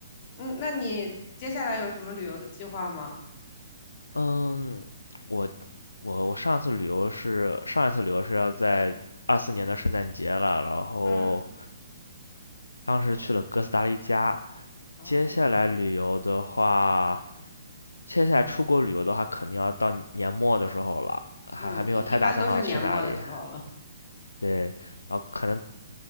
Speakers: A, on the left; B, on the left.
A: 嗯，那你接下来有什么旅游的计划吗？
B: 嗯，我我我上次旅游是上一次旅游是要在二四年的圣诞节了，然后
A: 嗯
B: 当时去了哥斯达黎加。
A: 哦，
B: 接下来旅游的话，接下来出国旅游的话，肯定要到年末的时候了，还还没有太打算好去哪里。
A: 嗯，一一般都是年末的时候了。
B: 对，然后可能